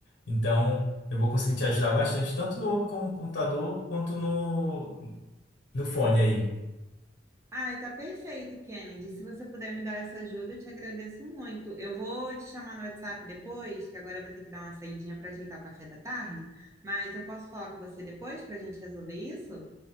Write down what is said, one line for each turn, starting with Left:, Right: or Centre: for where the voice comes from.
Left: Então, eu vou conseguir te ajudar bastante, tanto no com- computador quanto no, no fone aí.
Right: Ai, tá perfeito, Kennedy. Se você puder me dar essa ajuda, eu te agradeço muito. Eu vou te chamar no WhatsApp depois, que agora eu vou ter que dar uma saidinha para ajeitar o café da tarde, mas eu posso falar com você depois para a gente resolver isso?